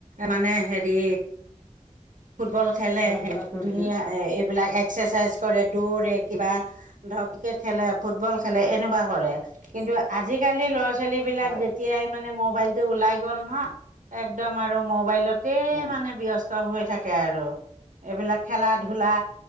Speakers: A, on the right; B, on the left.
A: মানে হেৰি ফুটবল খেলে
B: খেলা
A: সেই
B: ধূলাক লৈ
A: ধুনীয়া
B: দিছিল
A: এই বিলাকা এক্সচাইজ কৰে দৌৰে কিবা ধ ক্ৰিকেট খেলে ফুটবল খেলএনেকুৱা কৰে কিন্তু আজি ৱ ল'ৰা ছোৱালী বিলাক
B: হয়
A: যেতিয়াই মানে মোবাইল ওলাই গল হায় একদম আৰু মোবাইলত গোটেই
B: উম
A: মানে ব্যস্ত তো হৈ থাকে আৰু এইবিলাক খেলাত ধূলা